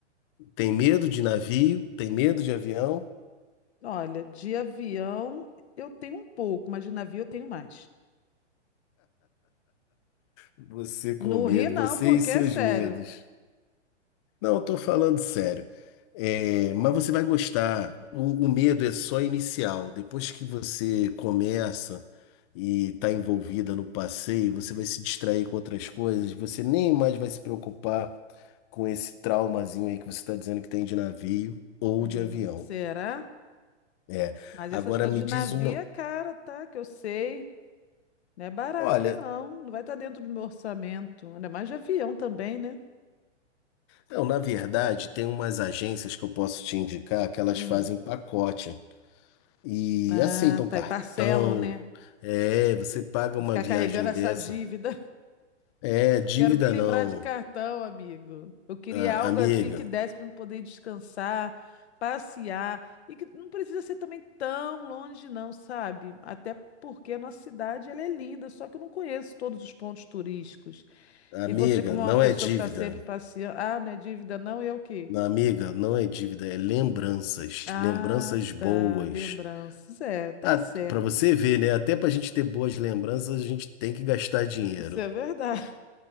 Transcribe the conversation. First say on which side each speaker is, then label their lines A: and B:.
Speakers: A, on the left (about 25°); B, on the left (about 60°).
A: Tem medo de navio? Tem medo de avião?
B: Olha, de avião eu tenho um pouco, mas de navio eu tenho mais.
A: Você com
B: No
A: medo,
B: Rio não,
A: você
B: porque
A: e seus
B: é sério.
A: medos. Não, eu tô falando sério. É, mas você vai gostar. O, o medo é só inicial. Depois que você começa e está envolvida no passeio, você vai se distrair com outras coisas. Você nem mais vai se preocupar com esse traumazinho aí que você está dizendo que tem de navio ou
B: Hum,
A: de avião.
B: será?
A: É.
B: Mas
A: Agora
B: essas coisas
A: me
B: de
A: diz
B: navio
A: uma.
B: é cara, tá? Que eu sei. Não é barato,
A: Olha,
B: não. Não vai estar dentro do meu orçamento. Ainda mais de avião também, né?
A: não, na verdade, tem umas agências que eu posso te indicar que elas
B: Hum.
A: fazem pacote. E
B: Ah,
A: aceitam
B: tá.
A: cartão.
B: E parcelam, né?
A: É, você paga
B: Vou
A: uma
B: ficar
A: viagem
B: carregando essa
A: dessa.
B: dívida.
A: É, dívida
B: Quero me livrar
A: não.
B: de cartão, amigo. Eu queria
A: Ah,
B: algo
A: amiga,
B: assim que desse para eu poder descansar, passear e que não precisa ser também tão longe, não, sabe? Até porque a nossa cidade ela é linda, só que eu não conheço todos os pontos turísticos.
A: amiga,
B: E você, como
A: não
B: é uma pessoa
A: é dívida.
B: que está sempre passeando, ah, não é dívida, não, e é o quê?
A: Não, Amiga, não é dívida, é lembranças.
B: Ah,
A: Lembranças boas.
B: tá, lembranças. É, tá
A: Ah,
B: certo.
A: para você ver, né? Até pra gente ter boas lembranças, a gente tem que gastar dinheiro.
B: Isso é verdade.